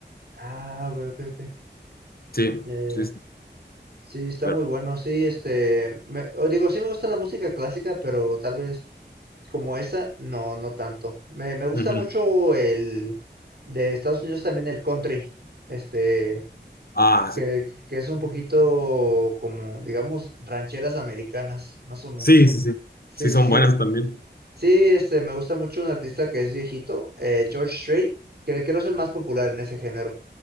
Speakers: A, on the right (about 60°); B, on the left (about 55°).
A: Ah, ok, ok, ok.
B: Sí,
A: Ya, ya,
B: sí,
A: ya.
B: sí,
A: Sí, está
B: pero...
A: muy bueno. Sí, este, me, o digo, sí me gusta la música clásica, pero tal vez como esa, no, no tanto. Me, me gusta
B: ujú.
A: mucho el de Estados Unidos también el country, este,
B: Ah,
A: que, que es un poquito como, digamos, rancheras americanas, más o menos.
B: sí, sí, sí, sí,
A: Sí,
B: sí
A: sí,
B: son
A: sí.
B: buenas también.
A: Sí, este, me gusta mucho un artista que es viejito, eh, George Strait, que creo es el más popular en ese género